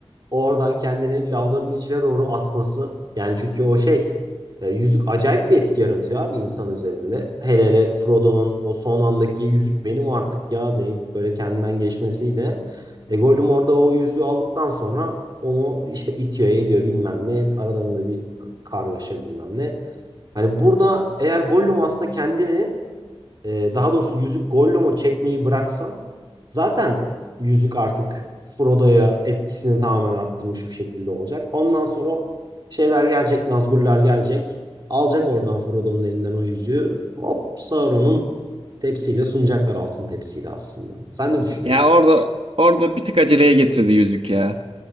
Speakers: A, on the right; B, on the right.
A: oradan kendini lavların içine doğru atması. Yani çünkü o şey e, yüzük acayip bir etki yaratıyor abi insan üzerinde. Hele hele Frodo'nun o son andaki yüzük benim artık ya deyip böyle kendinden geçmesiyle. E Gollum orada o yüzüğü aldıktan sonra onu işte itiyor, ediyor bilmem ne. Aralarında bir kargaşa bilmem ne. Hani burada eğer Gollum aslında kendini e, daha doğrusu yüzük Gollum'u çekmeyi bıraksa zaten yüzük artık Frodo'ya etkisini tamamen arttırmış bir şekilde olacak. Ondan sonra hop şeyler gelecek, Nazgûl'lar gelecek. Alacak oradan Frodo'nun elinden o yüzüğü. Hop Sauron'un tepsiyle sunacaklar altın tepsiyle aslında. Sen ne düşünüyorsun?
B: Ya orada orada bir tık aceleye getirdi yüzük ya.